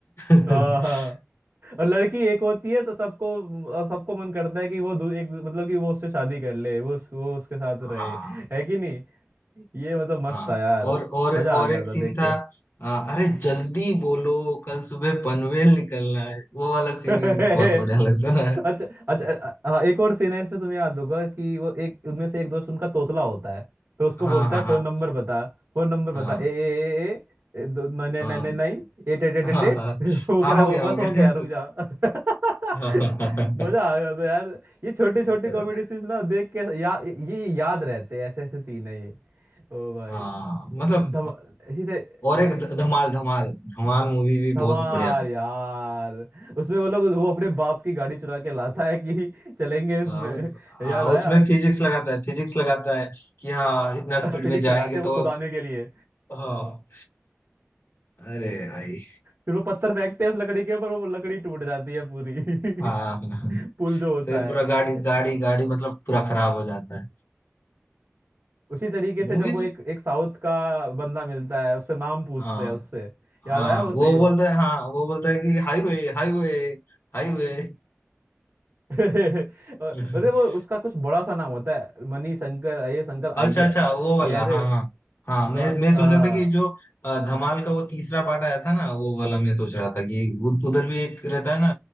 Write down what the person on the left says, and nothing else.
<laughs>
हाँ
हाँ
और और
और
एक
सीन
था आ, अरे जल्दी बोलो कल सुबह पनवेल निकलना है वो वाला
सीन
भी बहुत बढ़िया लगता है
ना हाँ
हाँ
हाँ
हाँ
हाँ
हाँ
हाँ
हाँ
हो
गया
हो गया
<laughs> हाँ हाँ हाँ
हाँ,
हाँ, मतलब
और एक ध- धमाल धमाल धमाल मूवी भी
बहुत बढ़िया था
आ, आ,
उसमें
फिजिक्स लगाता है फिजिक्स लगाता है कि हाँ इतना स्पीड
में जाएंगे
तो
हाँ अरे भाई
हाँ हाँ।
फिर
पूरा गाड़ी गाड़ी गाड़ी मतलब पूरा खराब हो जाता है
मूवीज
हाँ
हाँ
वो बोलता है हाँ वो बोलता है कि हाईवे हाईवे हाईवे
<laughs>
अच्छा अच्छा वो वाला
हाँ हाँ हाँ मैं
मैं सोच रहा था कि जो अ, धमाल का वो तीसरा पार्ट आया था ना वो वाला मैं सोच रहा था कि उ- उधर भी एक रहता है ना